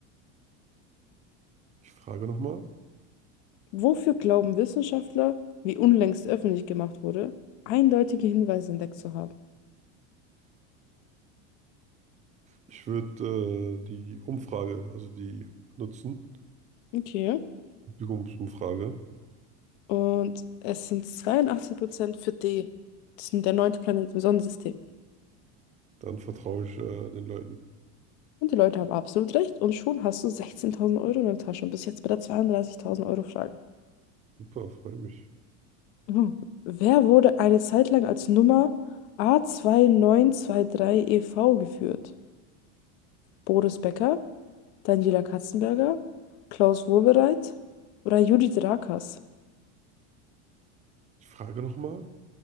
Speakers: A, on the right; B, on the left.
A: Ich frage nochmal.
B: Wofür glauben Wissenschaftler, wie unlängst öffentlich gemacht wurde, eindeutige Hinweise entdeckt zu haben?
A: Ich würde äh, die Umfrage, also die nutzen,
B: Okay.
A: Publikumsumfrage.
B: Und es sind 82% für D. Das ist der neunte Planet im Sonnensystem.
A: Dann vertraue ich äh, den Leuten.
B: Und die Leute haben absolut recht. Und schon hast du 16.000 Euro in der Tasche. Und bist jetzt bei der 32.000 Euro Frage.
A: Super, freue mich.
B: Mhm. Wer wurde eine Zeit lang als Nummer A2923EV zwei neun zwei neun geführt? Boris Becker, Daniela Katzenberger, Klaus Wowereit oder Judith Rakers?
A: Die Frage nochmal,